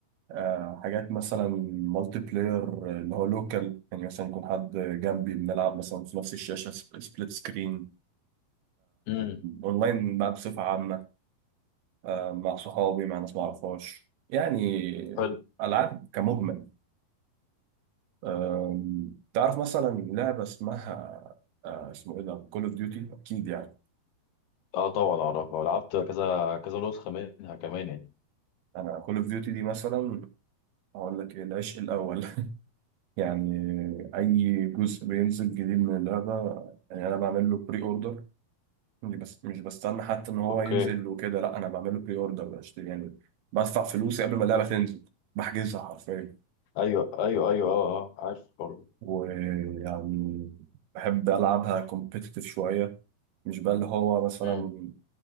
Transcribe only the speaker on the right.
آه، حاجات مثلا مالتي بلاير اللي هو لوكال يعني مثلا يكون حد جنبي بنلعب مثلا في نفس الشاشة سبليت سكرين
اونلاين بقى بصفة عامة آه، مع صحابي مع ناس ما اعرفهاش يعني
ألعاب كمجمل آم، تعرف مثلا لعبة اسمها آه، اسمه ايه ده كول اوف ديوتي اكيد يعني
انا كول اوف ديوتي دي مثلا هقول لك ايه العشق الاول <laughs> يعني اي جزء بينزل جديد من اللعبة يعني انا بعمل له بري اوردر مش بس مش بستنى حتى ان هو
ينزل وكده لا انا بعمله بري اوردر بشتري يعني بدفع فلوسي قبل ما اللعبه تنزل بحجزها حرفيا
ويعني بحب العبها كومبيتيتيف شويه مش بقى اللي هو مثلا